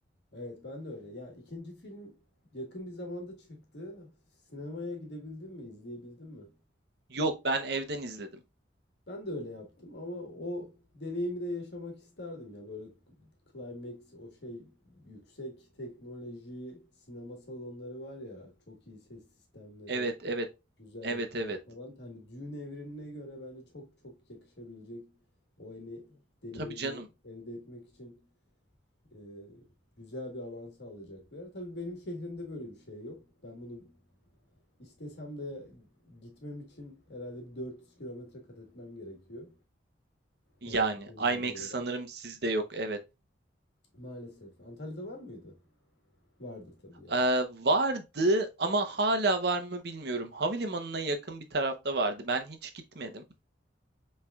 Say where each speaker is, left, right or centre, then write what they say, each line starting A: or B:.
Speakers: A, on the left (about 60°); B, on the right (about 60°).
A: Evet ben de öyle. Ya ikinci film yakın bir zamanda çıktı. Sinemaya gidebildin mi, izleyebildin mi?
B: Yok, ben evden izledim.
A: Ben de öyle yaptım ama o deneyimi de yaşamak isterdim ya böyle climax o şey yüksek teknoloji sinema salonları var ya çok iyi ses sistemleri,
B: Evet, evet,
A: güzel
B: evet,
A: ekran
B: evet.
A: falan. Hani Dune evrenine göre bence çok çok yakışabilecek o hani deneyimi
B: Tabii canım.
A: elde etmek için e, güzel bir alan sağlayacak bir yer. Tabii benim şehrimde böyle bir şey yok. Ben bunu istesem de gitmem için herhalde bir 400 kilometre kat etmem gerekiyor.
B: Yani
A: En yakın
B: IMAX
A: yere olarak.
B: sanırım sizde yok. Evet.
A: Maalesef. Antalya'da var mıydı? Vardır tabii ya.
B: Ee, vardı ama hala var mı bilmiyorum. Havalimanına yakın bir tarafta vardı. Ben hiç gitmedim.